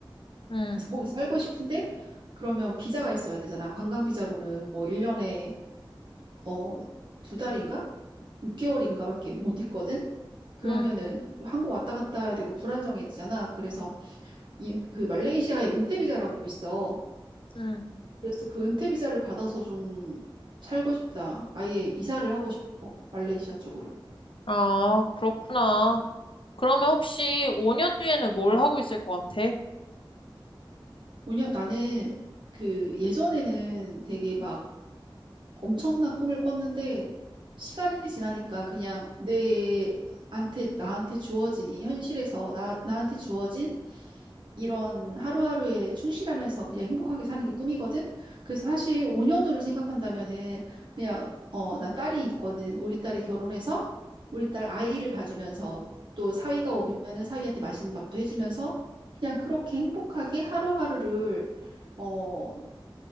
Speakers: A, on the left (about 70°); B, on the right (about 60°).
A: 응,
B: 그래서 거기서 살고 싶은데 그러면 비자가 있어야 되잖아. 관광 비자로는 뭐 1년에 어, 두 달인가? 6개월인가밖에 못 있거든? 그러면은
A: 응,
B: 한국 왔다 갔다 해야 되고 불안정해지잖아. 그래서 이, 그 말레이시아에 은퇴 비자라고 있어.
A: 응.
B: 그래서 그 은퇴 비자를 받아서 좀 살고 싶다. 아예 이사를 하고 싶어. 말레이시아 쪽으로.
A: 아, 그렇구나. 그러면 혹시 5년 뒤에는 뭘 하고 있을 것 같아?
B: 왜냐, 나는 그 예전에는 되게 막 엄청난 꿈을 꿨는데 시간이 지나니까 그냥 내한테 나한테 주어진 이 현실에서 나 나한테 주어진 이런 하루하루에 충실하면서 그냥 행복하게 사는 게 꿈이거든. 그래서 사실 5년 후를 생각한다면은 그냥 어, 나 딸이 있거든. 우리 딸이 결혼해서 우리 딸 아이를 봐주면서 또 사위가 오면은 사위한테 맛있는 밥도 해주면서 그냥 그렇게 행복하게 하루하루를 어,